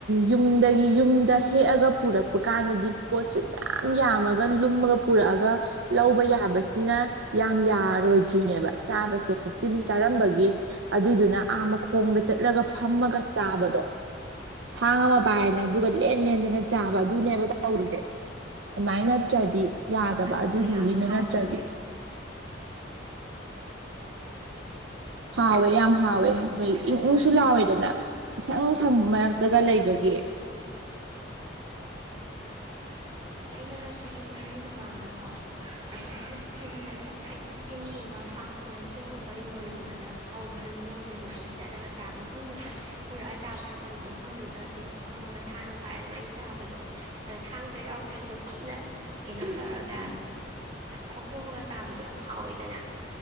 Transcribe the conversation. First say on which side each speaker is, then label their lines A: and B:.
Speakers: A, on the right (about 80°); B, on the right (about 35°).
A: ꯌꯨꯝꯗꯒꯤ ꯌꯨꯝꯗ ꯍꯦꯛꯑꯒ ꯄꯨꯔꯛꯄ ꯀꯥꯟꯗꯗꯤ ꯄꯣꯠꯁꯨ ꯃꯌꯥꯝ ꯌꯥꯝꯃꯒ ꯂꯨꯝꯃꯒ ꯄꯨꯔꯛꯑꯒ ꯂꯧꯕ ꯌꯥꯕꯁꯤꯅ ꯌꯥꯝ ꯌꯥꯔꯣꯏꯗ꯭ꯔꯤꯅꯦꯕ ꯆꯥꯕꯁꯦ ꯇꯤꯟ ꯆꯥꯔꯝꯕꯒꯤ ꯑꯗꯨꯏꯗꯨꯅ ꯑꯥ ꯃꯈꯣꯡꯗ ꯆꯠꯂꯒ ꯐꯝꯃꯒ ꯆꯥꯕꯗꯣ ꯊꯥꯡ ꯑꯃ ꯄꯥꯏꯔꯅ ꯑꯗꯨꯒ ꯂꯦꯟ ꯂꯦꯟꯗꯅ ꯆꯥꯕ ꯑꯗꯨꯅꯦꯕ ꯇꯧꯔꯤꯁꯦ ꯑꯗꯨꯃꯥꯏꯅ ꯅꯠꯇ꯭ꯔꯗꯤ ꯌꯥꯗꯕ
B: ꯑꯗꯨꯗꯣ
A: ꯑꯗꯨꯗꯨꯒꯤꯅꯦ
B: ꯌꯥꯝ ꯍꯥꯎꯕꯅꯦ
A: ꯅꯠꯇ꯭ꯔꯗꯤ ꯍꯥꯎ ꯌꯥꯝ ꯍꯥꯎꯋꯦ ꯑꯗꯩ
B: ꯍꯣꯏ
A: ꯏꯪꯅꯨꯡꯁꯨ
B: ꯑꯗꯨꯃꯥꯏꯅ
A: ꯂꯥꯎꯋꯦꯗꯅ ꯏꯁꯪ ꯁꯪꯕ ꯃꯔꯛꯇꯒ ꯂꯩꯕꯒꯤ
B: ꯑꯩꯅ ꯆꯍꯤ ꯈꯔꯒꯤ ꯃꯃꯥꯡꯗꯀꯣ ꯑꯗꯨꯃꯥꯏꯅ ꯆꯤꯡꯗ ꯆꯠ ꯍꯥꯏꯗꯤ ꯆꯤꯡꯒꯨꯝꯕ ꯐꯥꯝ ꯆꯤꯡꯒꯨꯝꯕ ꯏꯪꯈꯣꯣꯟꯒꯨꯝꯕꯗ ꯍꯧꯕ ꯍꯤꯅꯧꯁꯦ ꯑꯗꯨꯃꯥꯏꯅ ꯆꯠꯂꯒꯥ ꯃꯐꯝꯗꯨꯗ ꯄꯨꯔꯛꯑ ꯆꯥꯕ ꯅꯠꯇꯕ ꯃꯐꯝꯗꯨꯗ ꯑꯗꯨꯝ ꯐꯝꯃꯒ ꯊꯥꯡ ꯑꯃ ꯄꯥꯏꯔ ꯑꯗꯨꯃꯥꯏꯅ ꯆꯥꯕꯗꯣ ꯑꯗ ꯊꯥꯡꯗꯣ ꯌꯥꯎ ꯇ꯭ꯔꯁꯨ ꯈꯨꯠꯅ ꯀꯩꯅꯣ ꯇꯧꯔꯒ ꯈꯣꯛꯇꯣꯛꯑꯒ ꯆꯥꯕꯗꯣ ꯌꯥꯝ ꯍꯥꯎꯋꯤꯗꯅ